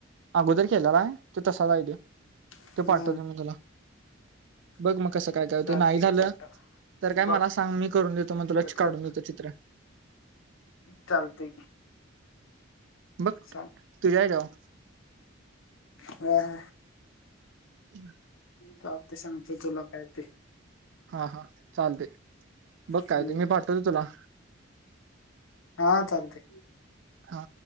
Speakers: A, on the right (about 65°); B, on the left (about 80°).
A: अगोदर केलेला आहे त तसा जायड
B: हम्म
A: ते पाठवते मी तुला बघ मग कसं काय करयते
B: चालते
A: नाही झालं
B: की पाठा
A: तर काय
B: बघ
A: मला सांग मी करून देतो मग तुलाच
B: परत
A: काढून
B: कर
A: देतो चित्र
B: चालते
A: बघ
B: सांग
A: तू जाय जाव
B: व ह
A: हम्
B: का ते सांगतेय तुला काय ते
A: हा हा चालते बघ
B: हम्म
A: काय ते मी पाठतोते तुला
B: हा चालते
A: हा